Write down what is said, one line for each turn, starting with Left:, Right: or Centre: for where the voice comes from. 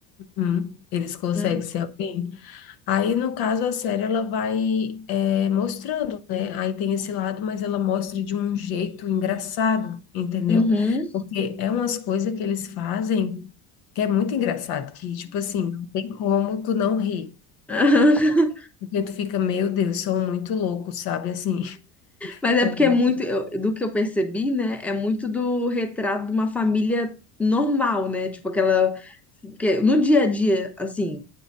Left: Uhum. Eles conseguem
Centre: Não.
Left: ser alguém. Aí, no caso, a série ela vai é, mostrando, né? Aí tem esse lado, mas ela mostra de um jeito engraçado, entendeu?
Centre: Uhum.
Left: Porque é umas coisas que eles fazem que é muito engraçado, que, tipo assim, não tem como tu não rir.
Centre: <laughs>
Left: Porque tu fica, meu Deus, são muito loucos, sabe? Assim, <laughs>
Centre: Mas é
Left: é
Centre: porque
Left: muito.
Centre: é muito, eu- do que eu percebi, né? É muito do retrato de uma família normal, né? Tipo, aquela... Porque no dia a dia, assim...